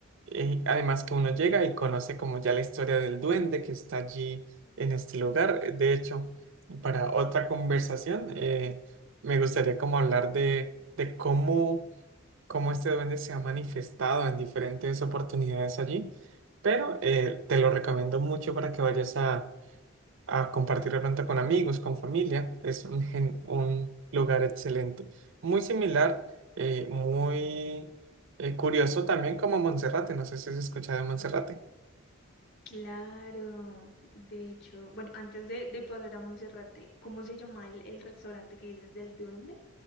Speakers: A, on the right; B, on the left.
A: Eh, además que uno llega y conoce como ya la historia del duende que está allí en este lugar. De hecho, para otra conversación, eh, me gustaría como hablar de, de cómo, cómo este duende se ha manifestado en diferentes oportunidades allí, pero eh, te lo recomiendo mucho para que vayas a, a compartir de pronto con amigos, con familia. Es un, gen- un lugar excelente, muy similar, eh, muy eh, curioso también como Monserrate, no sé si has escuchado de Monserrate.
B: claro. De hecho, bueno, antes de, de pasar a Monserrate, ¿cómo se llama el, el restaurante que dices del duende?